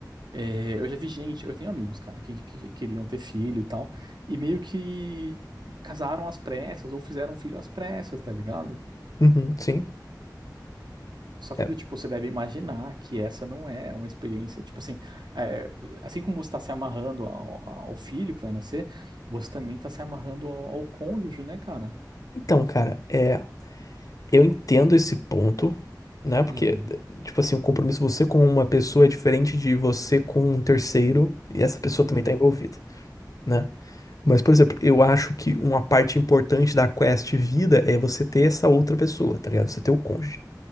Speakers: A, on the right; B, on the left.
A: é, eu já vi gente, eu tenho amigos, cara, que, que queriam ter filho e tal, e meio que casaram às pressas, ou fizeram filho às pressas, tá ligado?
B: uhum, sim.
A: Só que
B: É.
A: do tipo, você deve imaginar que essa não é uma experiência, tipo assim, é, assim como você está se amarrando ao, ao filho que vai nascer, você também está se amarrando ao, ao cônjuge, né, cara?
B: Então, cara, é. Eu entendo esse ponto, né? Porque,
A: Uhum,
B: tipo assim, o compromisso você com uma pessoa é diferente de você com um terceiro e essa pessoa
A: uhum,
B: também tá envolvida, né? Mas, por exemplo, eu acho que uma parte importante da quest vida é você ter essa outra pessoa, tá ligado? Você ter o cônjuge.